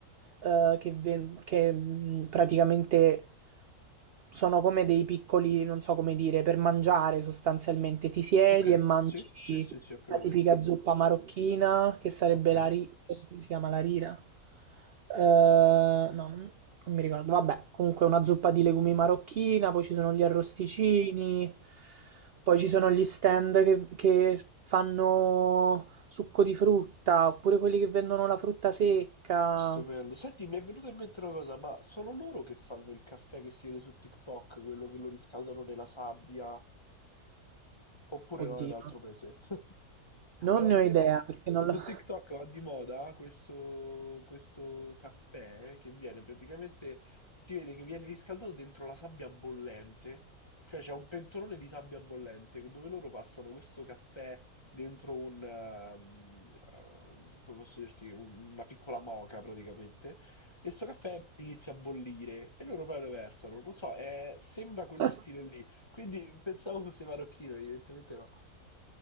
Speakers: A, on the right; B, on the left.
A: eh, che, ven- che, mh, praticamente sono come dei piccoli, non so come dire, per mangiare sostanzialmente. Ti siedi
B: ok,
A: e mangi
B: sì, sì, sì, sì, ho capito
A: la tipica
B: che intendi.
A: zuppa marocchina che sarebbe
B: Ok.
A: la ri- eh, come si chiama la rira? Eh, no, non, non mi ricordo. Vabbè, comunque una zuppa di legumi marocchina, poi ci sono gli arrosticini, poi ci sono gli stand che, che fanno succo di frutta, oppure quelli che vendono la frutta secca.
B: Stupendo. Senti, mi è venuta in mente una cosa, ma sono loro che fanno il caffè che si vede su TikTok, quello che lo riscaldano nella sabbia, oppure
A: Oddio,
B: no, è un altro paese? <laughs>
A: non
B: Allora,
A: ne
B: praticamente
A: ho idea
B: su,
A: perché non
B: su
A: l'ho.
B: TikTok va di moda questo, questo caffè che viene praticamente, si vede che viene riscaldato dentro la sabbia bollente, cioè c'è un pentolone di sabbia bollente dove loro passano questo caffè dentro un, um, um, come posso dirti, un- una piccola moca praticamente, e sto caffè inizia a bollire e loro poi lo versano, non so, è- sembra quello
A: <laughs>
B: stile lì, quindi pensavo fosse marocchino, evidentemente no,